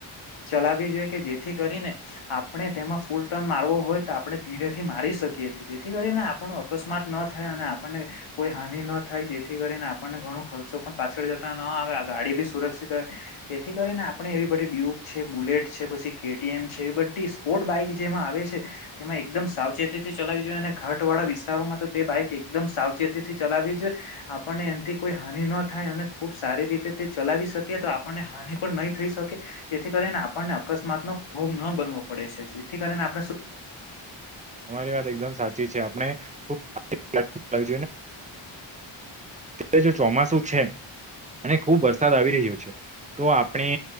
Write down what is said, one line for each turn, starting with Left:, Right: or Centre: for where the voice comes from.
Left: ચલાવી જોય કે જેથી કરીને આપણે તેમાં ફૂલ ટર્ન મારવો હોય તો આપણે ધીરેથી મારી શકીએ છે જેથી કરીને આપણું અકસ્માત ન થાય અને આપણને કોઈ હાનિ ન થાય જેથી કરીને આપણને ઘણું ખર્ચો પણ પાછળ જતા ન આવે ગાડી બી સુરક્ષિત રહે તેથી કરીને આપણેે એવી બધી ડ્યુબ છે બુલેટ છે પછી કેએમ છે એ બધ બધી સ્પોર્ટ બાઈક જેમાં આવે છે તેમાં એકદમ સાવચેતીથી ચલાવી જોઈએ અને ઘાટ વાળા વિસ્તારોમાં તે બાઈક એકદમ સાવચેતીથી ચલાવી છેઈ આપણને એમથી કોઈ હાનિ ન થાય અને ખુબ સારી રીતે તે ચલાવી શકી તો આપણને હાનિ પણ નહી થઈ શકે તેથી કરીને આપણને અકસ્માતનો ભોગ ન બનવો પડે છે જેથી કરીને આપ
Right: તમારી વાત એકદમ સાચી છે આપણે ખુબ અત્યારે <inaudible> <unintelligible> જો ચોમાસું છે અને ખુબ વરસાદ આવી રહ્યો છે તો આપણે